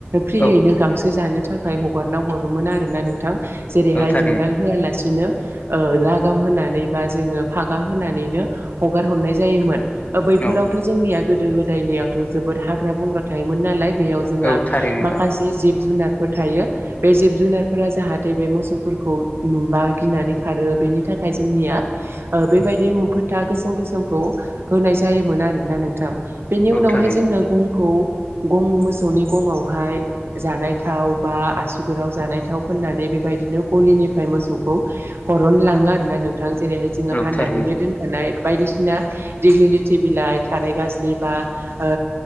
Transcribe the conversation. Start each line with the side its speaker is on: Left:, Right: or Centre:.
Right: फ्रियैनो
Left: औ
Right: गांसो जानो थाखाय हगारना हरोमोन आरोना नोंथां। जेरैहाय
Left: औ थारैनो
Right: दोंदाल होआलासिनो ओ लागाम होनानै बा जोङो फागा होनानैनो हगार हरनाय जायोमोन बैफोरावथ
Left: औ
Right: जोंनिया गोदो गोदायनियावथ जोबोद हाग्रा बंग्रा थायोमोन नालाय बेयाव जोंहा
Left: औ थारैनो नोंथां
Right: माखासे जिब जुनार फोर थायो बे जिब जुनारफोरा जाहाथ थे बे मोसौफोरखौ नुबा गिनानै खारो बेनि थाखाय जोंनिया बेबायदि फोथा गोसोम गोसोमखौ होनाय जायोमोन आरोना नोंथां बेनि
Left: औ
Right: उनावहाय
Left: थारैनो
Right: जोंनो गंखौ गं मोसौनि गंआवहाय जानाय थाव बा आसुगोराव जानाय थाव फोननानै बेबायदिनो गलिनिफ्राय मोसौखौ हरनो लाङो आरोना नोंथां जेरै जोङो
Left: औ
Right: हानानैनो
Left: थारैनो
Right: दोनखानाय बायदिसिना दिग्लि लिथि बिलाइ थारै गाजलि बा ओ